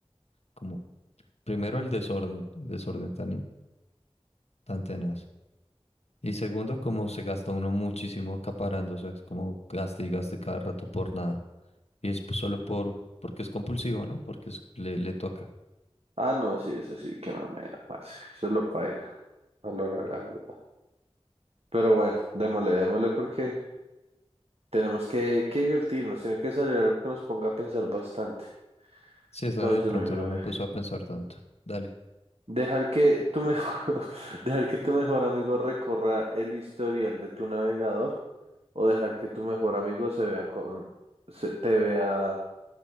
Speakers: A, on the left; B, on the right.
A: como, primero el desorden, el desorden tan, in- tan tenaz. Y segundo, como se gasta uno muchísimo acaparando, o sea, es como gaste y gaste cada rato por nada. Y es pues solo por, porque es compulsivo, ¿no? Porque es- le, le toca.
B: Ah, no, sí, eso sí, qué mamera, parce. Eso lo paila, a la hora, la verdad. Pero bueno, démosle, démosle porque tenemos que, que divertirnos, tiene que salir algo que nos ponga a pensar bastante.
A: Sí, esa
B: Entonces,
A: de pronto
B: mi brother,
A: no me puso a pensar tanto. Dale.
B: dejar que tu mejor, <laughs> dejar que tu mejor amigo recorra el historial de tu navegador O dejar que tu mejor amigo se vea con, se, te vea